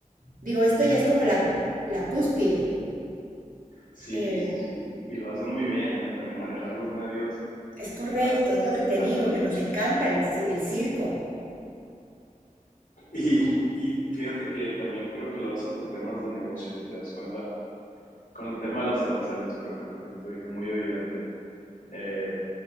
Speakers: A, on the right; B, on the left.
A: digo, esto ya es como la, la cúspide.
B: Sí,
A: Eh,
B: sí, sí. Y lo hace muy bien, ¿eh? También manejar los medios
A: es correcto,
B: a, a
A: es lo que te digo,
B: su gusto,
A: que nos encanta
B: sí.
A: el, ci- el circo.
B: Y, y fíjate que también creo que lo hace por temas de negocio, si te das cuenta, con el tema de los aranceles, por ejemplo, que se me hizo muy evidente. Eh,